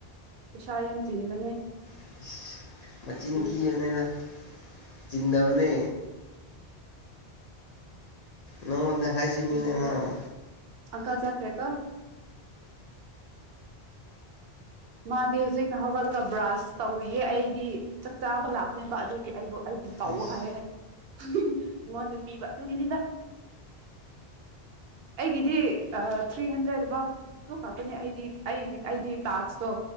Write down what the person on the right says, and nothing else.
ꯄꯩꯁꯥ ꯌꯥꯝ ꯆꯤꯟꯕꯅꯦ
ꯑꯗꯨꯒꯤ
ꯆꯤꯟꯕꯅꯦ
ꯑꯪꯀꯜ ꯆꯠꯈ꯭ꯔꯦꯀꯣ ꯃꯥꯗꯤ ꯍꯧꯖꯤꯛꯅ ꯍꯧꯒꯠꯂꯒ ꯕ꯭ꯔꯥꯁ ꯇꯧꯔꯤꯌꯦ ꯑꯩꯗꯤ ꯆꯥꯛ ꯆꯥꯕ ꯂꯥꯛꯄꯅꯦꯕ ꯑꯗꯨꯒꯤ ꯑꯩꯕꯨ ꯑꯕꯨ ꯇꯧꯋꯣ
ꯍꯥꯏꯌꯦ ꯑꯩꯉꯣꯟꯗ ꯄꯤꯕ ꯑꯗꯨꯒꯤꯅꯤꯗ ꯑꯩꯒꯤꯗꯤ ꯊ꯭ꯔꯤ ꯍꯟꯗ꯭ꯔꯦꯠ <unintelligible> ꯇꯨ ꯈꯥꯛꯇꯅꯦ ꯑꯩꯗꯤ ꯑꯩꯒꯤ ꯑꯩꯗꯤ ꯇꯥꯛꯁ ꯇꯣ